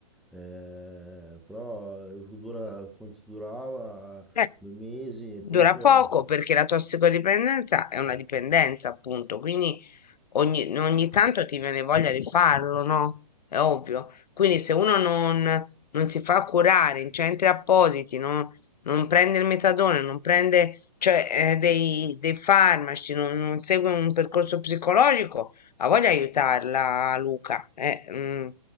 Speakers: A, in the centre; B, on the left.
A: eh, però dura quanto durava,
B: eh,
A: due mesi
B: Dura
A: e poi dopo...
B: poco perché la tossicodipendenza è una dipendenza, appunto, quindi ogni, ogni tanto ti viene voglia di farlo, no? È ovvio. Quindi se uno non, non si fa curare in centri appositi, non, non prende il metadone, non prende, cioè, eh, dei, dei farmaci, non, non segue un percorso psicologico, ha voglia di aiutarla, Luca. eh, mm,